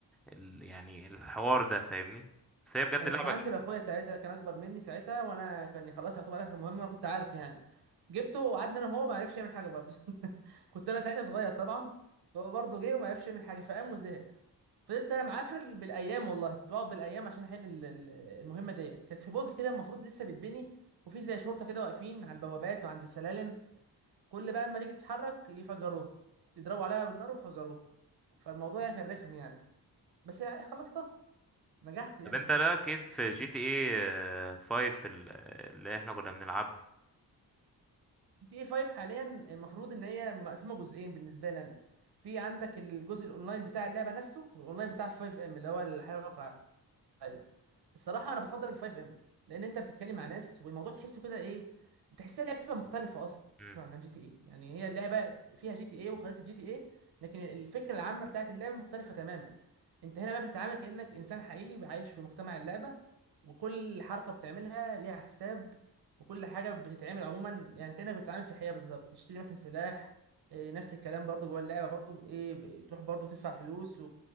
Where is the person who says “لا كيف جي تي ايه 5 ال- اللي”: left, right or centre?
Centre